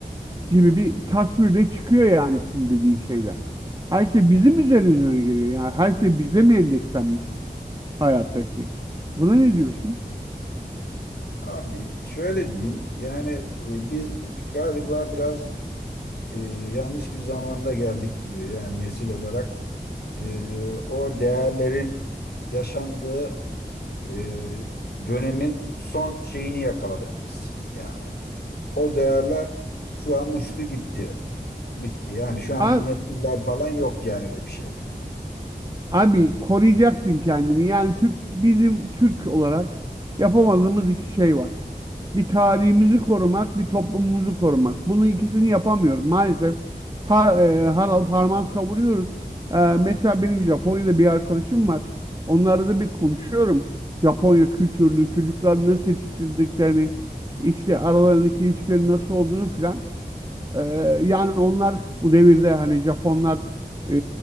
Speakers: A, on the right; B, on the left.
A: gibi bir tasvir de çıkıyor yani şimdi dediğin şeyden. Her şey bizim üzerimize geliyor yani her şey bize mi endekslenmiş hayattaki? Buna ne diyorsun?
B: Abi şöyle diyeyim yani e, biz galiba biraz e, yanlış bir zamanda geldik gibi yani nesil olarak e, o değerlerin yaşandığı e, dönemin son şeyini yakaladık biz yani. O değerler şu an uçtu gitti. Bitti. Yani şu anki
A: Abi
B: nesiller falan yok yani öyle bir şey.
A: Abi koruyacaktın kendini. Yani Türk bizim Türk olarak yapamadığımız iki şey var. Bir tarihimizi korumak, bir toplumumuzu korumak. Bunun ikisini yapamıyoruz maalesef. Har, e, harap harman savuruyoruz. E, mesela benim Japonya'da bir arkadaşım var. Onlarla da bir konuşuyorum. Japonya kültürünü, çocukların nasıl yetiştirdiklerini, işte aralarındaki ilişkilerin nasıl olduğunu filan. E, yani onlar bu devirde hani Japonlar e,